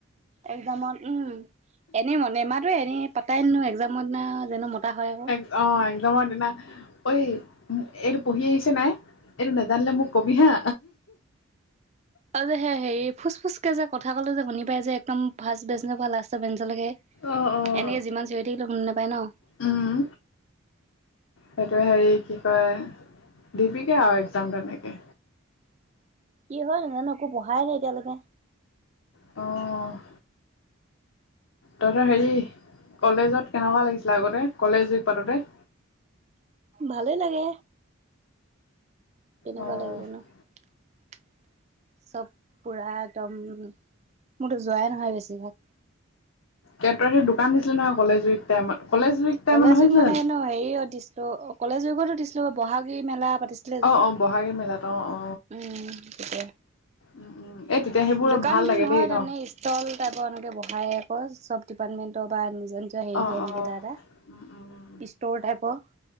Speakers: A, on the right; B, on the left.
A: এক্সামত উম, এনেই মনে নেমাতোৱে এনেই পাতাই নহয় এক্সামত দিনা যেনো পাতা হয় আকৌ।
B: অ', এক্সামৰ দিনা ঐ এইটো পঢ়ি আহিছে নাই, এইটো নাজানিলে মোক কবি হা?
A: অ', যে হেৰি ফুচ ফুচ কে যে, কথা কলে যে শুনি পাই যে একদম ফাৰ্ষ্ট বেঞ্চৰ পৰা লাষ্টৰ বেঞ্চলৈকে,
B: অঁ অঁ
A: এনেয়ে যিমান চিয়ঁৰি থাকিলেও শুনি নাপায় নহ?
B: উম। সেইটোৱে হেৰি, কি কয় দিবিগে আৰু এক্সাম তেনেকে।
A: কি হয় নাজানো, একো পঢ়াই নাই এতিয়ালৈকে।
B: অ'। তহঁতৰ হেৰি কলেজত কেনেকুৱা লাগিছিলে আগতে, কলেজ যুগ পাতোঁতে?
A: ভালেই লাগে, কেনেকুৱা
B: অঁ
A: লাগিব নহ। চব পুৰা একদম, মোৰতো যোৱাই নহয় বেছিভাগ।
B: <unintelligible> দোকান দিছিলি নহয় কলেজ উইক টাইমত, কলেজ উইক টাইমত
A: কলেজ
B: নহৈছিলে
A: যুগ মানে
B: জানো
A: এনো হেৰি দিছিলো কলেজ যুগতো দিছিলো বহাগীৰি মেলা পাতিছি
B: অ', অ', বহাগী মেলাত। অ', অ'।
A: উম্, সেইটোৱে
B: উম উম এই তেতিয়া সেইবোৰ
A: দোকান
B: ভাল
A: বুলি
B: লাগে
A: নহয়
B: দেই ন
A: তাৰমানে। ষ্টল টাইপৰ এনেকে বহাই আকৌ, চব ডিপাৰ্টমেণ্টৰ বা নিজৰ নিজৰ হেৰিকে
B: অ
A: এনেকে
B: অ
A: তাৰ এটা,
B: উম উম
A: ষ্ট'ৰ টাইপৰ।